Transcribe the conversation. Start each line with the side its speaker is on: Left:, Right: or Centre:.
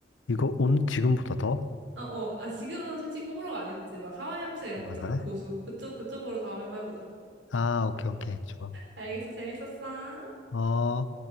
Left: 이거 온, 지금보다 더?
Right: 어, 어. 아, 지금은 솔직히 호불호가 아니었지. 막 하와이안 피자 이런 거
Left: 아,
Right: 있잖아.
Left: 그래?
Right: 고수. 그쪽, 그쪽으로 다음에 한번 해보자.
Left: 아, 오케이, 오케이. 좋아.
Right: 알겠어. 재밌었어.
Left: 어,